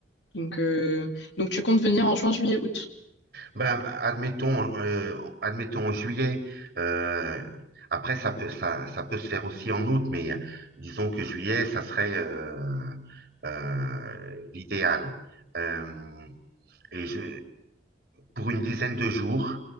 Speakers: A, on the left; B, on the right.
A: Donc, euh, donc tu comptes venir en juin, juillet, août.
B: Ben, admettons, euh, admettons en juillet. euh, après, ça peut, ça, ça peut se faire aussi en août, mais euh, disons que juillet, ça serait euh, euh, l'idéal. Euh, et je, pour une dizaine de jours,